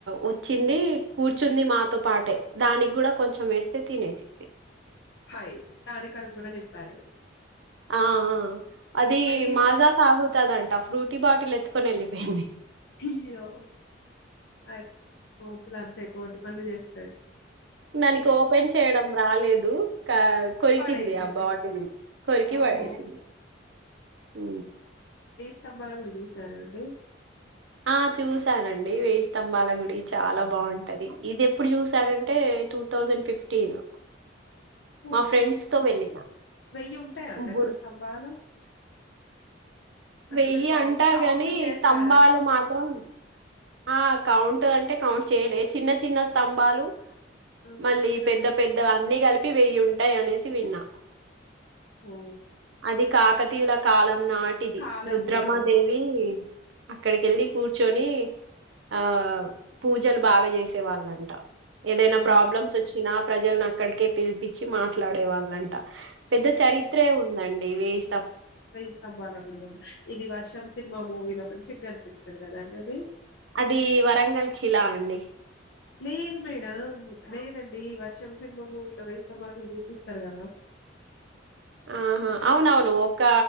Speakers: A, on the right; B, on the left.
A: వచ్చింది కూర్చుంది మాతో పాటే దానికి కూడా కొంచెం వేస్తే తినేసి
B: హాయి దాని కడుపు కూడా నింపారు ఇగా మీరు.
A: ఆ ఆ అది
B: వెయ్యి
A: మాజా తాగు తదంట ఫ్రూటీ బాటిల్ ఎత్తుకొని వెళ్ళిపోయింది.
B: అయ్యో అయి కోతులు అంతే కోతి పనులు చేస్తయి.
A: దానికి ఓపెన్ చేయడం రాలేదు. క కొరికింది
B: పడేసిద్ది
A: ఆ బాటిల్ని కొరికి
B: ఓహో
A: పడేసింది. హ్
B: స్తంబాల గుడి చూసినార అండి.
A: ఆ చూసానండి వేయి స్తంభాల గుడి చాలా బావుంటది ఇది ఎప్పుడు చూసానంటే టూ థౌజండ్ ఫిఫ్టీన్.
B: ఓకే
A: మా ఫ్రెండ్స్
B: ఓకే
A: తో వెళ్ళిన
B: వెయ్యి ఉంటాయా అండి
A: బుర్
B: అక్కడ స్తంభాలు. అంటే
A: వెయ్యి
B: మీరు కౌ
A: అంటారు
B: కౌంట్
A: కాని
B: చేసారా?
A: స్తంభాలు
B: క
A: మాత్రం ఆ కౌంట్ అంటే కౌంట్ చేయలే చిన్న చిన్న స్తంభాలు
B: హ్మ్.
A: మళ్ళీ
B: పె
A: పెద్ద పెద్ద అన్నీ కలి పి వెయ్యి ఉంటాయి అనేసి విన్నా.
B: హాహో
A: అది కాకతీయుల కాలం నాటిది
B: కాలంది.
A: రుద్రమా
B: అవును.
A: దేవి అక్కడికి ఎళ్ళి కూర్చొని ఆ పూజలు బాగా చేసేవాళ్ళంట. ఏదైనా
B: ఆ!
A: ప్రాబ్లమ్స్ వచ్చినా ప్రజలను అక్కడికే పిలిపించి మాట్లాడే వాళ్ళు అం ట పెద్ద చరిత్రే ఉందం డి వేయి
B: వెయి స్తంబాల గుడి కదా ఇది వర్షం సినిమా మూవీలో మంచిగా కని పిస్తది కదా అండి అది.
A: అది వరంగల్ ఖిలా అండి.
B: లేదు మేడం, లేదండి వర్షం సినిమా మూవీలో వేయిస్తంభాల గుడి చూపిస్తరు కదా.
A: ఆహా అవునవును ఒక